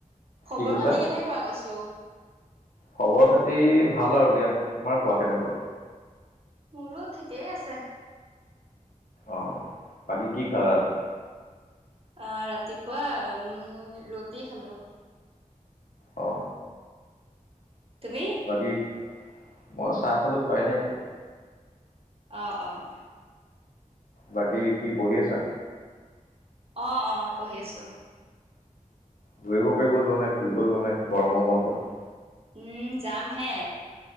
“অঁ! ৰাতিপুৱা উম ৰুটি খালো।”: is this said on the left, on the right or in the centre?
Right